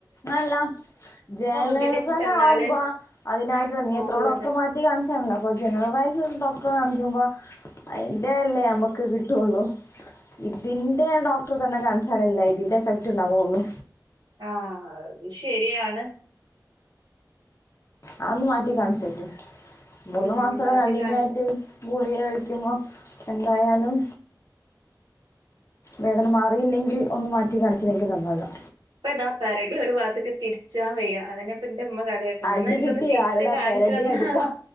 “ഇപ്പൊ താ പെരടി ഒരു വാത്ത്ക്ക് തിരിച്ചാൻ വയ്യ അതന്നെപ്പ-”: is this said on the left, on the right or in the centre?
Right